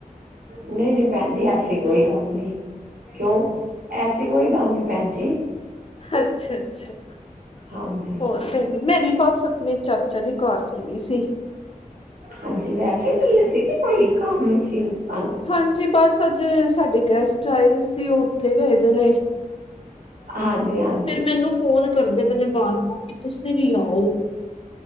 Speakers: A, on the right; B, on the left.
A: ਨਹੀ- ਨਹੀ ਭੈਣ ਜੀ, ਐਸੀ ਕੋਈ ਗੱਲ ਨੀ ਕਿਉ? ਐਸੀ ਕੋਈ ਗੱਲ ਨੀ, ਭੈਣ ਜੀ।
B: ਅੱਛਾ -ਅੱਛਾ,
A: ਹਾਂਜੀ
B: ਹੋਰ, ਮੈ ਵੀ ਬਸ ਅਪਨੇ ਚਾਚਾ ਜੀ, ਘਰ ਚੱਲੀ ਸੀ।
A: ਹਾਂਜੀ, ਵੈਸੇ ਚੱਲੇ ਸੀ, ਕਿ ਕੋਈ ਕੰਮ ਸੀ? ਤੁਹਾਨੂੰ
B: ਹਾਂਜੀ ਬਸ, ਅੱਜ ਸਾਡੇ ਗੈਸਟ ਆਏ ਸੀ, ਉਹ ਉਥੇ ਗਏ ਦੇ ਨੇ।
A: ਹਾਂਜੀ- ਹਾਂਜੀ।
B: ਫੇਰ, ਮੈਨੂੰ ਫੋਨ ਕਰਦੇ ਪਏ ਨੇ, ਬਾਰ- ਬਾਰ ਕਿ ਤੁਸੀਂ ਵੀ ਆਓ।